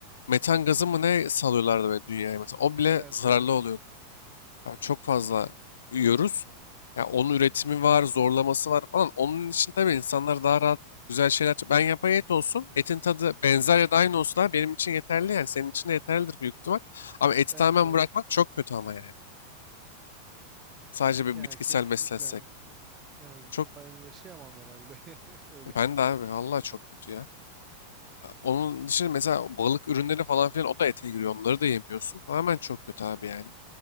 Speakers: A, on the left (about 65°); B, on the right (about 25°).
A: metan gazı mı ne salıyorlardı böyle dünyaya mesela o bile
B: Evet
A: zararlı
B: evet
A: oluyordu.
B: evet.
A: Yani çok fazla yiyoruz. Ya onun üretimi var, zorlaması var falan. Onun için tabii insanlar daha rahat güzel şeyler. Ben yapay et olsun, etin tadı benzer ya da aynı olsun abi benim için yeterli yani senin için de yeterlidir büyük ihtimal. Ama eti
B: Evet
A: tamamen
B: evet.
A: bırakmak çok kötü ama yani. Sadece bir
B: Yani
A: bitkisel
B: kesinlikle
A: beslensek.
B: yani. Ya
A: Çok
B: ben yaşayamam herhalde <laughs> öyle.
A: ben de abi vallahi çok kötü ya. Onun dışında mesela balık ürünleri falan filan o da ete giriyor. Onları da yemiyorsun. Tamamen çok kötü abi yani.